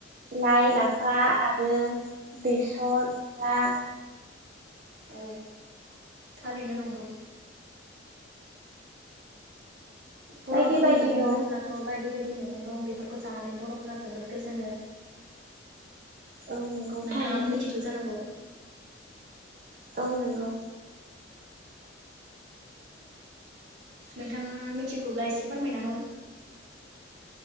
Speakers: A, on the right; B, on the right.
A: लाइ, लाफा आरो बेसर, मुला
B: औ थारैनो नंगौ। बर'फोरनि
A: बायदि बायदि
B: मेगं
A: दं
B: बुङोब्लाथ' बायदि बायदि मेगं दं बेफोर खौ जानानै बर'फोरा जोबोद गोजोनो
A: औ नंगौ
B: नोंथाङाबो
A: थारैनो
B: मिथिगौ जानांगौ
A: औ नंगौ
B: नोंथाङा मिथिगौब्ला एसे फोरमायना हो